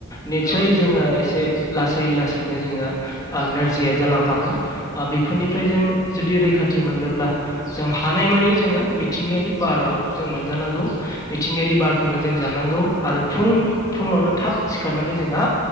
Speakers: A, on the left (about 20°); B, on the left (about 35°).
A: निसय
B: औ नंगौ
A: जोङो
B: नोंथां
A: एसे लासै लासैनो जोङो ओ नोरजिया जालांखागोन ओ बेफोरनिफ्राय जों जुदि रै खाथि मोननोब्ला जों हानायमानि जोङो मि थिंगायारि बाराव जों मोनजानांगौ मिथिंगायारि बारखौनो जों जानांगौ आरो फुं फुं आवनो थाब सिखारनानै जोंहा